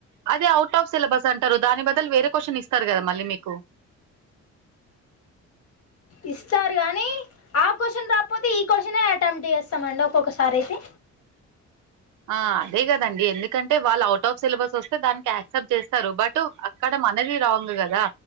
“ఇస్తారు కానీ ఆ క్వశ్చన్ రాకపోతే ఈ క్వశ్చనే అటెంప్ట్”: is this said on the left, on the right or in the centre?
Left